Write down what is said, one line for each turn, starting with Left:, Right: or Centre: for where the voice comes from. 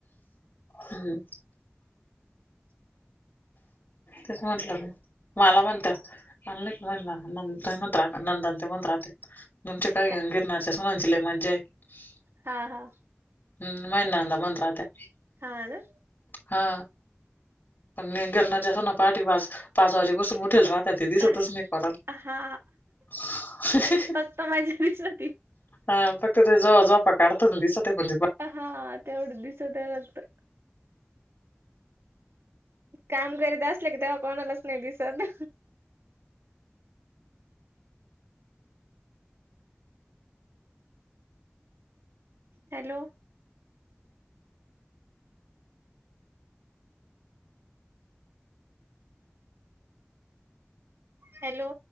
Left: हम्म.
Right: <inaudible>
Left: तेच म्हंटलं म मला म्हणतात <unintelligible> तुमच्या काय
Right: का-
Left: <unintelligible>
Right: हां हां.
Left: हम्म महिना मंत राहत्या.
Right: हा ना?
Left: हा पण मी गेरणारच्या सूना पहाटे पाच पाच वाजे बसून उठेल रा राहते ती स्वतःच
Right: आ-
Left: नीट
Right: हा
Left: <unintelligible>
Right: फक्त माझ्या दिसत
Left: हा फक्त ते ज झोपा काडथान दिसत ये कोन तरी म्ह
Right: हा तेवढं दिसत ये वाटत? काम करीत असले की तेव्हा कोणालाच नाही दिसत. हॅलो. हॅलो.